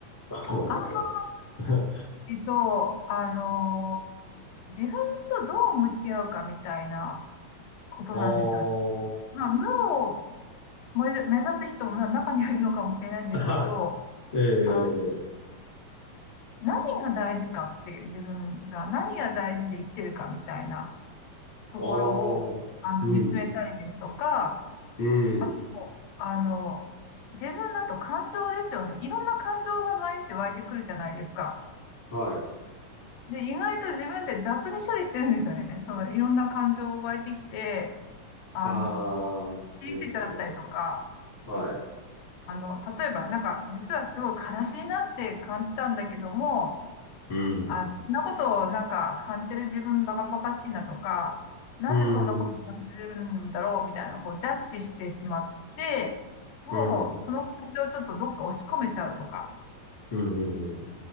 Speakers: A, on the left (about 15°); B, on the left (about 85°).
A: 頭の中が。
B: あんま
A: <laughs> あ
B: りと、あの、自分とどう向き合うかみたいなことなんですよね。
A: あ、
B: まあ、無を目目指す人も中にはいるのかもしれないんですけど、
A: はい。ええ、え
B: あの、
A: ええ
B: 何が大事かっていう自分が何が大事で生きてるかみたいなところを、
A: ああ、
B: あの、
A: うん、
B: 見つめたりですとか、
A: うん、
B: あと、あの、自分だと感情ですよね。いろんな感情が毎日湧いてくるじゃないですか。
A: はい。
B: で、意外と自分で雑に処理してるんですよね。その、いろんな感情湧いてきて、あの、
A: ああ、そういうことか。
B: 切り捨てちゃったりとか、
A: はい。
B: あの、例えば、なんか、実はすごい悲しいなって感じたんだけども、
A: うん、
B: あ、そんなことをなんか感じる自分バカバカしいなとか、なんでそんなこと感じるんだろうみたいな、
A: うん、うん、
B: こうジャッジしてしまって、もうその感情をちょっとどっか押し込めちゃうとか、
A: うん、うん、うん。